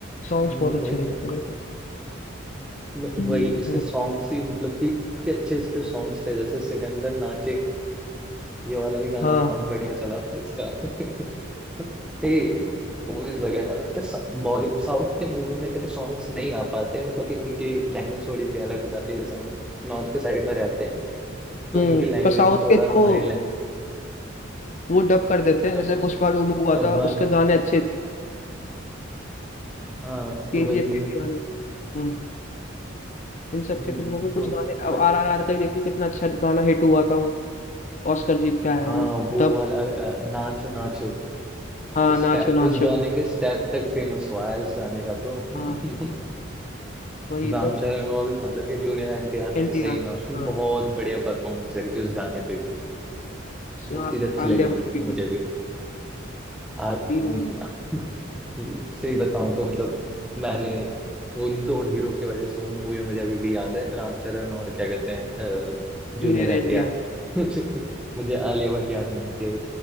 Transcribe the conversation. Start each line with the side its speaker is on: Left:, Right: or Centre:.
Centre: हम्म
Left: सॉन्ग्स बहुत अच्छे
Centre: वही
Left: लगे थे मेरे को
Centre: व-
Left: हम्म,
Centre: वही उसके
Left: हम्म,
Centre: सॉन्ग्स ही मतलब कि उसके अच्छे अच्छे सॉन्ग्स थे जैसे सिकंदर नाचे ये वाला भी गाना
Left: हाँ
Centre: बहुत बढ़िया चला था इसका <laughs> मतलब थे मूवीज वगैरह में मतलब बॉलीवुड साउथ के मूवी में इतने सॉन्ग्स नहीं आ पाते मतलब कि उनकी लैंग्वेज थोड़ी सी अलग हो जाती है जैसे हम नॉर्थ के साइड में रहते हैं तो
Left: हम्म
Centre: उनकी लैंग्वेज
Left: पर साउथ
Centre: में थोड़ा
Left: के जो
Centre: हमारी लैंग्वेज
Left: वो डब कर देते हैं
Centre: तब
Left: जैसे पुष्पा टू में हुआ
Centre: तब
Left: था
Centre: वाल
Left: उसके गाने अच्छे थे
Centre: हाँ
Left: केजीएफ
Centre: तो वही
Left: के भी गाने हम्म इन सब
Centre: हम्म
Left: के फिल्मों के
Centre: तो
Left: कुछ गाने अब
Centre: व-
Left: आर आर आर का ही देख लो कितना अच्छा गाना हिट हुआ था वो ऑस्कर जीत के आया
Centre: हाँ
Left: वो
Centre: वो
Left: तब
Centre: वाला अ, नाचो नाचो
Left: हाँ
Centre: स्टेप
Left: नाचो नाचो
Centre: उस गाने के स्टेप तक फेमस हुआ है उस गाने का तो <laughs>
Left: हाँ वही
Centre: राम
Left: तो
Centre: चरण और मतलब कि जूनियर एनटीआर ने
Left: एनटीआर
Centre: सही में उसमें
Left: हाँ
Centre: बहुत बढ़िया परफॉर्मेंस करी थी उस गाने पे भी
Left: इसमें
Centre: बहुत
Left: आ-
Centre: ही अच्छी
Left: आलिया
Centre: लगी मतलब
Left: भट्ट भी
Centre: कि मुझे
Left: थी
Centre: भी
Left: हाँ,
Centre: आ, हम्म,
Left: तीनों ही
Centre: <laughs> सही बताऊं तो मतलब मैंने उन दो हीरो की वजह से वो मूवी मुझे अभी भी याद है रामचरण और क्या कहते हैं जूनियर
Left: जूनियर एनटीआर
Centre: एनटीआर <laughs> मुझे मुझे आलिया भट्ट याद नहीं थी